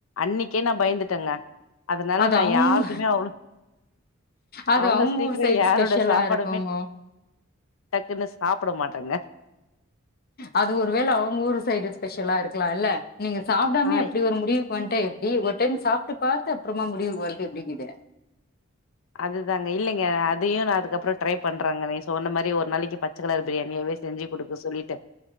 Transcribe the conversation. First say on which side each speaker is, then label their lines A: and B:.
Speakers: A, on the left (about 75°); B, on the left (about 45°).
A: அன்னைக்கே நா பயந்துட்டங்க அதனால
B: அது
A: நா
B: அவுங்க
A: யாருதுமே அவ்ளோ
B: அது
A: அவ்ளோ
B: அவங்க
A: சீக்கிரோ
B: ஊர் சைடு
A: யாரோட
B: ஸ்பெஷலா
A: சாப்பாடுமே
B: இருக்குங்க
A: டக்குன்னு சாப்ட மாட்டாங்க
B: அது ஒருவேள அவுங்க ஊரு சைடு ஸ்பெஷலா இருக்கலா இல்ல நீங்க சாப்டாமேயே
A: ஆ
B: அப்டி ஒரு முடிவுக்கு வண்ட்டா எப்டி ஒரு டைம் சாப்ட்டு பாத்து அப்புறமா முடிவு வருது எப்டிக்கீது
A: அதுதாங்க இல்லைங்க அதையு நா அதுக்கப்றோ ட்ரை பண்றாங்க நீ சோன்ன மாரி ஒரு நாளைக்கு பத் பச்ச கலர் பிரியாணியாவே செஞ்சி குடுக்க சொல்லிட்டு